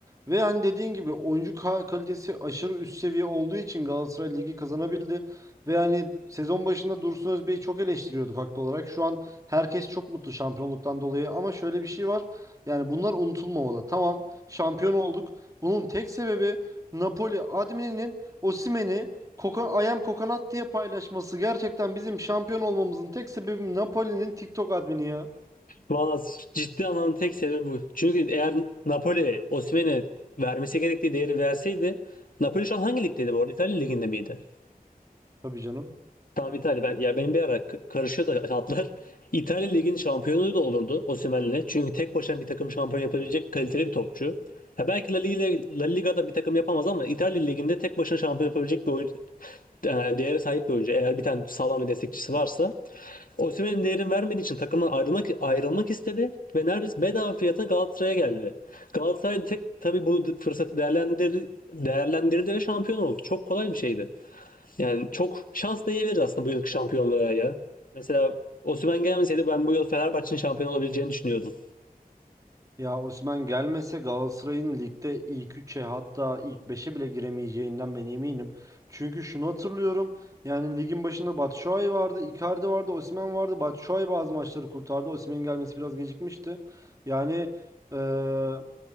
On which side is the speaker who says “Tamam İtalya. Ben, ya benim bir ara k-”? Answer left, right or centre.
Left